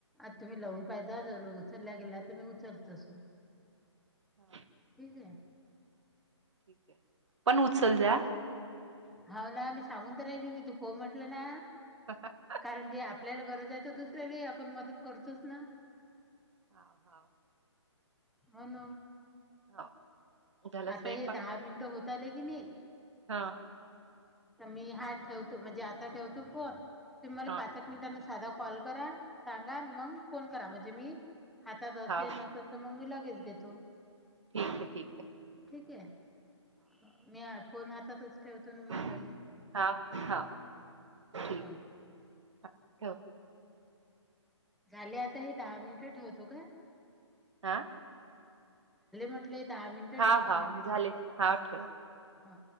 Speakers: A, in the centre; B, on the right.
A: आता तुम्ही लावून पाहेजा जर उचलल्या गेला तर मी उचलतोच म
B: हा
A: ठीक आहे
B: ठीक आहे पण उचल जा आ
A: हवं ना मी सांगून तर राहिली मी तु हो म्हटलं ना
B: <inaudible>
A: कारण की आपल्याला गरज आहे तर दुसऱ्याला आपण मदत करतोच ना
B: हवं हवं
A: होन
B: हां, झाला स्वयंपाक?
A: आता हे दहा मिनिट होत आले कि नाही
B: हा
A: तर मी हा ठेवतो तुम्ही मला
B: हां,
A: पाच साधा कॉल करा सांगा म फोन करा म्हणजे मी हातात असे
B: हां.
A: न लागेच देतो.
B: ठीक आहे, ठीक आहे.
A: ठीक आहे मी फोन हातातच ठेवतो ना
B: हां.
A: मग लगे
B: हां हां ठीक
A: हा
B: आहे. हां ठेव
A: झाले आता हे दहा मिनिट हा ठेवतो काय
B: हां
A: कुठले दहा मिनटं
B: हां
A: ठेवतो
B: हां
A: म्हटलं
B: झाले हां ठेव.
A: ह